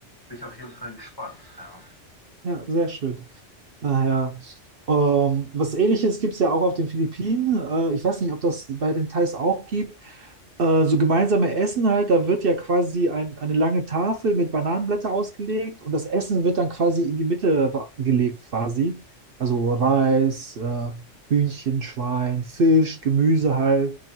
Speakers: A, on the left; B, on the right.
A: bin ich auf jeden Fall gespannt, ja.
B: Ja, sehr schön. Naja, ähm, was Ähnliches gibt es ja auch auf den Philippinen. Äh, ich weiß nicht, ob das bei den Thais auch gibt. Äh, so gemeinsame Essen halt, da wird ja quasi ein, eine lange Tafel mit Bananenblätter ausgelegt und das Essen wird dann quasi in die Mitte ra- gelegt quasi. Also Reis, äh, Hühnchen, Schwein, Fisch, Gemüse halt.